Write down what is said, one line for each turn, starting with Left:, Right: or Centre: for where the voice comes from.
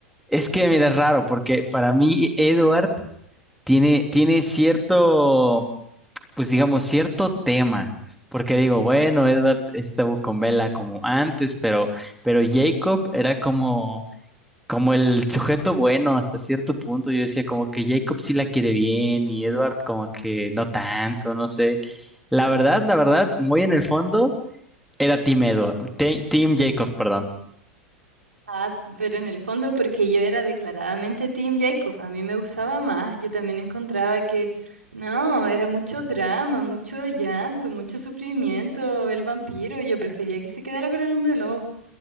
Centre: es que mira, es raro porque para mí Edward tiene, tiene cierto, pues digamos, cierto tema. Porque digo, bueno, Edward estuvo con Bella como antes, pero, pero Jacob era como como el sujeto bueno hasta cierto punto. Yo decía como que Jacob sí la quiere bien y Edward como que no tanto, no sé. La verdad, la verdad, muy en el fondo era Team Edward, te- Team Jacob, perdón.
Right: Ah, pero en el fondo, porque yo era declaradamente Team Jacob, a mí me gustaba más, yo también encontraba que no, era mucho drama, mucho llanto, mucho sufrimiento, el vampiro, yo prefería que se quedara con el hombre lobo.